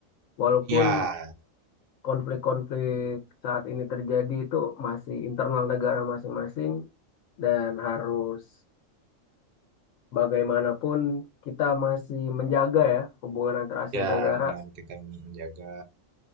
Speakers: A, on the left; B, on the right.
A: Walaupun
B: Ya,
A: konflik-konflik saat ini terjadi itu masih internal negara masing-masing dan harus bagaimanapun kita masih menjaga ya hubungan antara Asia
B: ya
A: Tenggara.
B: benar kita menjaga